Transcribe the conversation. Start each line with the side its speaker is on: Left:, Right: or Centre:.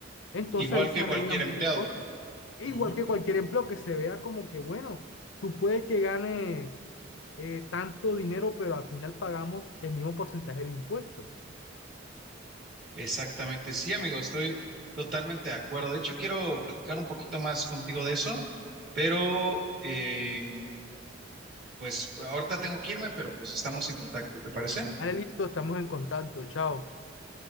Left: Entonces
Right: Igual
Left: ahí se
Right: que
Left: arreglan
Right: cualquier
Left: muchas
Right: empleado.
Left: cosas. E
Right: Ujú.
Left: igual que cualquier empleo que se vea como que, bueno, tú puedes que ganes eh, tanto dinero, pero al final pagamos el mismo porcentaje de impuestos.
Right: Exactamente, sí, amigo, estoy totalmente de acuerdo. De hecho, quiero platicar un poquito más contigo de eso, pero em, pues ahorita tengo que irme, pero pues estamos en contacto, ¿te parece?
Left: Vale, listo, estamos en contacto. Chao.